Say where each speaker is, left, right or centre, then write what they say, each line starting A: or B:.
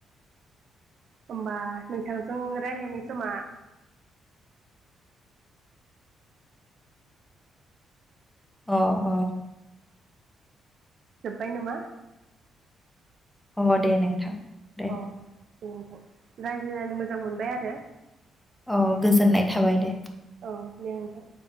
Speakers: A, on the right; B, in the centre.
A: होमबा नोंथांजों रायलायनाय समा
B: अ अ
A: जोब्बाय नामा?
B: अ दे नोंथां दे
A: औ दे नोंथां रायज्लायनानै मोजां मोनबाय आरो
B: अ गोजोननाय थाबाय दे
A: अ दे नोंथां